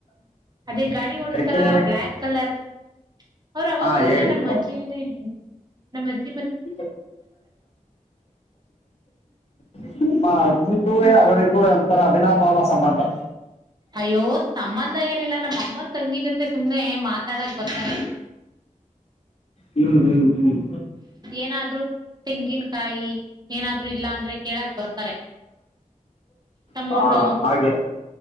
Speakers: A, on the right (about 30°); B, on the left (about 50°).
A: ಅದೇ ಗಾಡಿ ಓಡಸ್ತಾರಲ್ಲ
B: ಯಾಕೆ
A: ಬ್ಲ್ಯಾಕ್ ಕಲರ್. ಅವ್ರ ಅವಾಗವಾಗ
B: ಹಾ ಹೇಳಿ
A: ನಮ್ಮ್ ಅಜ್ಜಿನಿ ನಮ್ಮಜ್ಜಿ.
B: <unintelligible> ನಿಮ್ಮಾ ಅಜ್ಜಿಗೂವೆ ಅವರಿಗೂ ಒಂಥರ ಅವಿನಾಭಾವ ಸಂಬಂಧ.
A: ಅಯ್ಯೋ ಸಂಬಂಧ ಏನಿಲ್ಲ ನಮ್ಮ ಅಮ್ಮನ್ ತಂಗಿ ಜೊತೆ ಸುಮ್ನೆ ಮಾತ್ ತಡಕ್ ಬರ್ತಾರೆ.
B: ಹ್ಮ್ ಹ್ಮ್ ಹ್ಮ್
A: ಏನಾದ್ರು ತೆಂಗಿನಕಾಯಿ ಏನಾದ್ರು ಇಲ್ಲ ಅಂದ್ರೆ. ಕೇಳಕ್ ಬರ್ತಾರೆ ಟೊಮೊಟೊ
B: ಹಾ ಹಾಗೆ